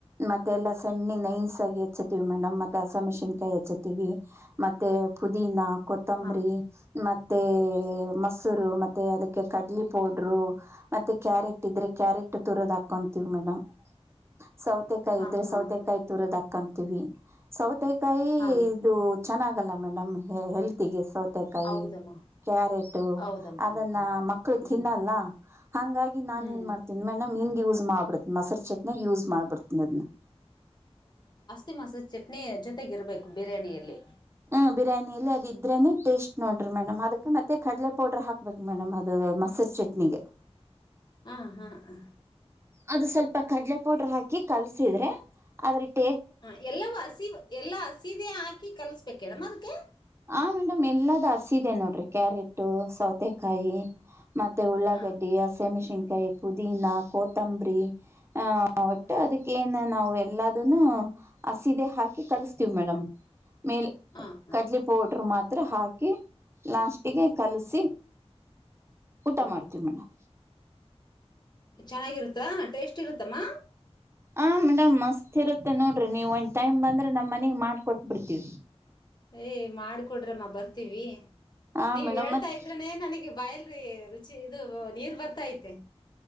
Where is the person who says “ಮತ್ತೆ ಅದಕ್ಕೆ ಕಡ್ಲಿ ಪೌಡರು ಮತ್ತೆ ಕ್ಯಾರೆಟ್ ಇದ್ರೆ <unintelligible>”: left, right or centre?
Right